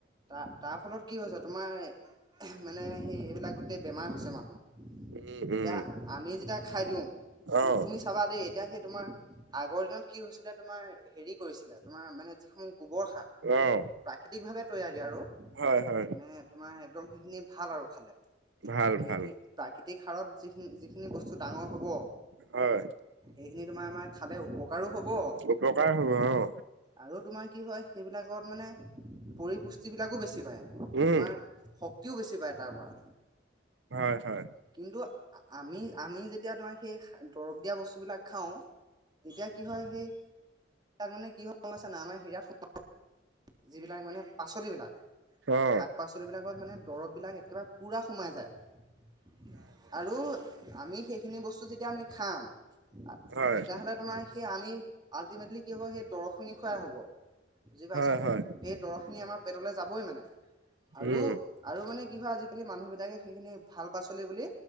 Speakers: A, on the right; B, on the right.
A: তাৰ তাৰ ফলত কি হৈছে তোমাৰ মানে সেই এইবিলাক গোটেই বেমাৰ হৈছে মানুহৰ।
B: উম,
A: এতিয়া
B: উম,
A: আমি যেতিয়া খাই দিওঁ তু-তুমি
B: অ',
A: চাবা দেই এতিয়া সেই তোমাৰ আগৰ দিনত কি হৈছিলে তোমাৰ হেৰি কৰিছিলে তোমাৰ মানে যিসমূহ গোবৰ সাৰ মানে
B: অ',
A: প্ৰাকৃতিক ভাৱে তৈয়াৰী আৰু
B: হয়, হয়,
A: মানে তোমাৰ একদম সেইখিনি ভাল আৰু খালে
B: ভাল,
A: সেইখিনি
B: ভাল,
A: প্ৰাকৃতিক সাৰত যিখিনি যিখিনি বস্তু ডাঙৰ হব
B: হয়,
A: এইখিনি তোমাৰ আমাৰ খালে উপকাৰো হব
B: অপকাৰ হ'ব আৰু
A: আৰু তোমাৰ কি হয় সেইবিলাকত মানে পৰিপুষ্টি বিলাকো বেছি পায়
B: উম
A: তোমাৰ শক্তিও বেছি পায় তাৰ পৰা
B: হয় হয়,
A: কিন্তু আমি আমি যেতিয়া তোমাৰ সেই দৰৱ দিয়া বস্তুবিলাক খাওঁ। তেতিয়া কি হয় সেই তাক মানে কি হয়াইছা না আমাৰ হিৰাত যিবিলাক মানে পাচলিবিলাক
B: অ',
A: শাক পাচলিবিলাকত মানে দৰববিলাক একেবাৰে পুৰা সোমাই যায় আৰু আমি সেইখিন নি বস্তু যেতিয়া আমি খাম, আ
B: হয়,
A: তেতিয়া হ'লে তোমাৰ সেই আমি আল্টিমেটলি কি হ'ব সেই দৰৱখিনি খুৱাই হ'ব বুজি পাইছা।
B: হয়, হয়,
A: সেই দৰৱখিনি আমাৰ পেটলে যাবই মানে আৰু
B: উম,
A: আৰু মানে কি হয় আজি মানুহবিলাকে সেইখিনি ভাল পাচলি বুলি